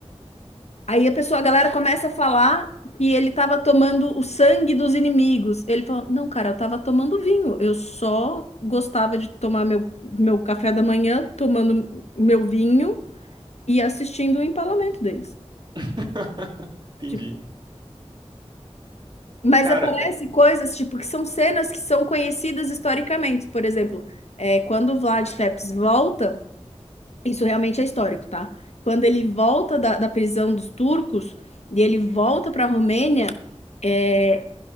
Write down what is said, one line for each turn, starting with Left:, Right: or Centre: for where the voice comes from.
Left: Aí a pessoa, a galera começa a falar que ele estava tomando o sangue dos inimigos. Ele falou: Não, cara, eu estava tomando vinho. Eu só gostava de tomar meu, meu café da manhã, tomando meu vinho e assistindo o empalamento deles.
Right: <laughs> Entendi.
Left: Tipo, mas
Right: Cara,
Left: aparecem
Right: é.
Left: coisas tipo que são cenas que são conhecidas historicamente. Por exemplo, é, quando o Vlad Tepes volta, isso realmente é histórico, tá? Quando ele volta da, da prisão dos turcos e ele volta para a Romênia. É,